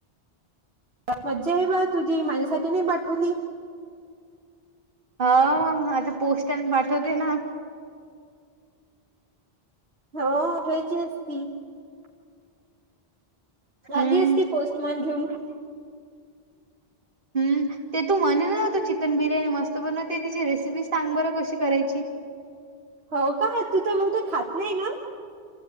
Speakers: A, on the right; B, on the right.
A: मज्जा आहे बा तुझी माझ्यासाठी नाही पाठवली?
B: ह ह आता पोस्टाने पाठवते ना.
A: हो अ ठे झाली
B: हम्म
A: असती पोस्टमॅन घेऊन
B: हम् ते तू म्हणे ना चिकन बिर्यानी मस्त बनवते तेची रेसिपीस सांग बरं कशी करायची?
A: हो का तू तर म खात नाही ना?